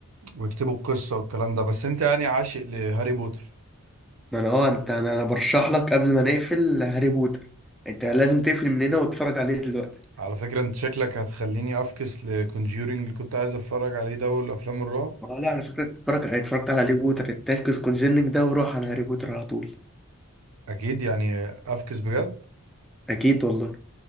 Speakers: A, on the right (about 70°); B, in the centre.
A: ويكتبوا القصة والكلام ده بس انت يعني عاشق لهاري بوتر
B: ما انا اه انت انا أنا برشح لك قبل ما نقفل هاري بوتر انت لازم تقفل من هنا وتتفرج عليه دلوقتي
A: على فكرة انت شكلك هتخليني افكس لكونجيورينج اللي كنت عايز اتفرج عليه ده والافلام الرعب
B: اه لا انا فاكرك اتفرج اتفرجت على هاري بوتر التفكس كونجيننج ده وروح على هاري بوتر على طول
A: اكيد يعني افكس بجد
B: اكيد والله